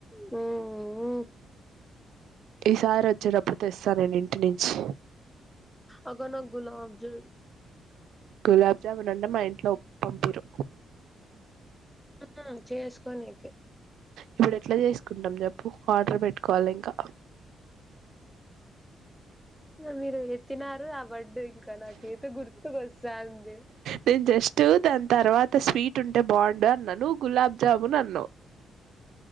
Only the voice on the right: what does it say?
ఈసారి వచ్చేటప్పుడు తెస్తా నేను ఇంటి నుంచి
గులాబ్జామున్ అంటే మా ఇంట్లో పంపిరు
ఇప్పుడు ఎట్లా చేసుకుంటాం చెప్పు ఆర్డర్ పెట్టుకోవాలి ఇంకా
నేను జస్ట్ దాని తర్వాత స్వీట్ ఉంటే బాగుండు అన్నాను గులాబ్జామున్ అన్నావ్